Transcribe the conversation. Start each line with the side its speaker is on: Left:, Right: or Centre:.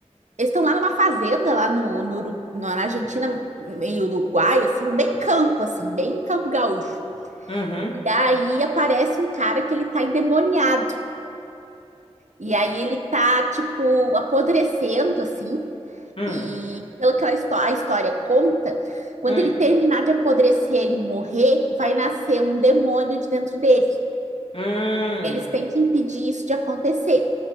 Right: Eles estão lá numa fazenda, lá no, no, Uru- na Argentina, meio Uruguai, assim, bem campo, assim, bem campo gaúcho.
Left: Uhum.
Right: E aí aparece um cara que ele tá endemoniado. E aí ele tá, tipo, apodrecendo, assim.
Left: Hum.
Right: E pela aquela histó a história conta, quando
Left: Hum.
Right: ele terminar de apodrecer, ele morrer, vai nascer um demônio de dentro dele.
Left: Hum.
Right: E eles têm que impedir isso de acontecer.